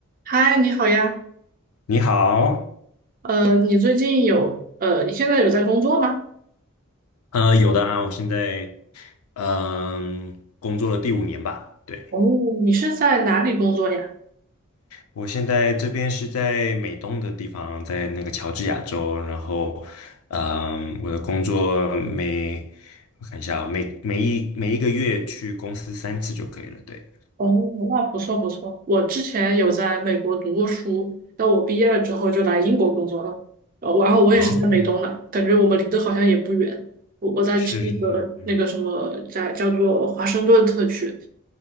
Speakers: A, on the right; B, on the left.
A: 嗨，你好呀。
B: 你好，
A: 呃，你最近有呃，你现在有在工作吗？
B: 呃，有的啊，我现在嗯、工作了第五年吧，对，
A: 哦，你是在哪里工作呀？
B: 我现在这边是在美东的地方，在那个乔治亚州，然后嗯、我的工作每我看一下啊，每每一每一个月去公司三次就可以了，对。
A: 哦，那不错不错。我之前有在美国读过书，但我毕业了之后就来英国工作了。呃，然后我也是在美东的，
B: 哦，
A: 感觉我们离得好像也不远。我我在那个那个什么，
B: 是是是，
A: 在叫做华盛顿特区。